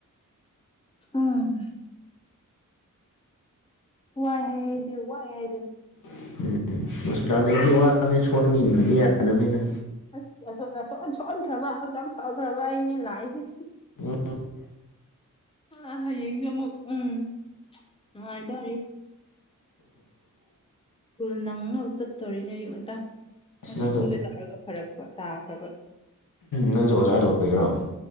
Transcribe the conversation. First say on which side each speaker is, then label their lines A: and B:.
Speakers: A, on the left; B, on the left.
A: ꯎꯝ ꯋꯥꯏ ꯍꯥꯏꯍꯩꯗꯦ ꯋꯥꯏ ꯍꯥꯏꯗꯨꯅꯤ
B: ꯎꯝ ꯃꯁꯄꯔꯥ ꯂꯩꯕꯗꯤ ꯋꯥꯕꯅꯤ <unintelligible> ꯌꯥꯗꯝꯅꯤꯅ
A: ꯑꯁ ꯑꯁꯣꯝꯗ ꯁꯣꯛꯍꯟ ꯁꯣꯛꯍꯟꯈ꯭ꯔꯕ ꯍꯛꯆꯥꯡ ꯐꯈ꯭ꯔꯕ ꯑꯩꯅꯦ ꯂꯥꯛꯏꯁꯦ
B: ꯎꯝ
A: ꯅꯪꯅ ꯍꯌꯦꯡꯖꯨ ꯑꯃꯨꯛ ꯎꯝ ꯅꯨꯡꯉꯥꯏꯗꯣꯔꯤ ꯁ꯭ꯀꯨꯜ ꯅꯪꯅꯕ ꯆꯠꯇꯣꯔꯤꯅꯦ ꯑꯌꯨꯛ ꯉꯟꯇꯥ
B: ꯑꯁ
A: ꯉꯁꯤ
B: ꯅꯪꯁꯨ
A: ꯀꯨꯝꯒꯦ ꯇꯧꯔꯒ ꯐꯔꯛ ꯄ ꯇꯥꯈ꯭ꯔꯕ
B: ꯅꯪꯖꯨ ꯑꯣꯖꯥꯗꯧ <unintelligible>